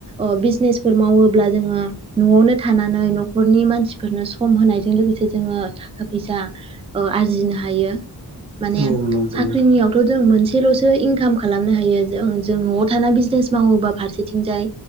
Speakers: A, on the right; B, on the right.
A: अ' बिजनेसफोर मावोब्ला जों ङो न'आवनो थानानै न'खरनि मानसिफोरनो सम होनायजों लोगोसे जोङो थाखा फैसा ओ आरजिनो हायो माने
B: औ नंगौ
A: साख्रिनियावथ'
B: नोंथां
A: जों मोनसे सेल'सो इनकाम खालामनो हायो जों जों न'आव थान बिजनेस मावोबा फारसेथिंजाय